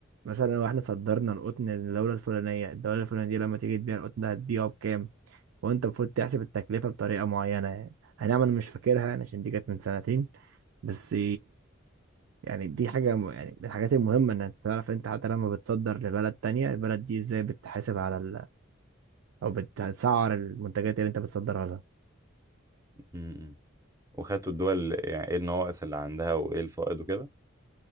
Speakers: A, on the right; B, on the right.
A: مثلا لو احنا صدرنا القطن للدولة الفلانية الدولة الفلانية دي لما تيجي تبيع القطن ده هتبيعه بكام وانت المفروض تحسب التكلفة بطريقة معينة يعني هنعمل مش فاكرها يعني عشان دي كانت من سنتين بس يعني دي حاجة م... يعني من الحاجات المهمة إنك تعرف أنت حتى لما بتصدر لبلد تانية البلد دي إزاي بتحاسب على ال... أو بتسعر المنتجات اللي أنت بتصدرها لها
B: مم. وخدتوا الدول يعني ايه النواقص اللي عندها وايه الفائض وكده